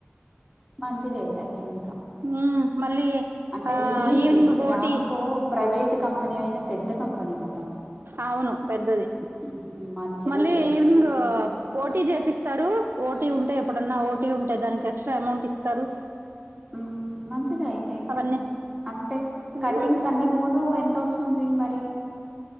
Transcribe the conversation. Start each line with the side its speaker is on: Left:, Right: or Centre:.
Centre: మంచిదే అయితే ఇంకా
Right: ఉమ్ మళ్ళీ
Centre: అంటే
Right: ఆ
Centre: ఇది
Right: evening OT
Centre: Ramco private company అయిన పెద్ద కంపెనీ గదా
Right: అవును పెద్దది
Centre: ఉమ్, మంచిదేలే
Right: మళ్ళీ ఈవినింగ్
Centre: ఎక్స్పీరియన్స్ వస్తు
Right: పోటీ చేపిస్తారు పోటీ ఉంటే ఎప్పుడన్నా ఓటీ ఉంటే దానికెక్స్ట్రా ఎమౌంట్ ఇస్తరు
Centre: ఉం మంచిదే అయితే ఇంకా
Right: అవన్నీ
Centre: అంతే
Right: కలిపిస్తారు
Centre: కటింగ్స్ అన్ని పోను ఎంతొస్తుంది మరి